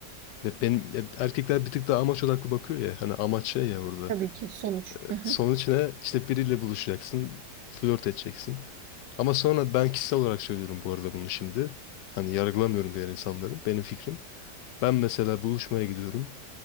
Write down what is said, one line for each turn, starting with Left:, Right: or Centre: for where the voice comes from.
Left: Ve benim e, erkekler bir tık daha amaç odaklı bakıyor ya. Hani amaç şey ya burada.
Right: Tabii ki sonuç. Hı hı.
Left: Sonuç ne? İşte biriyle buluşacaksın, flört edeceksin. Ama sonra ben kişisel olarak söylüyorum bu arada bunu şimdi. Hani yargılamıyorum diğer insanları. Benim fikrim. Ben mesela buluşmaya gidiyorum.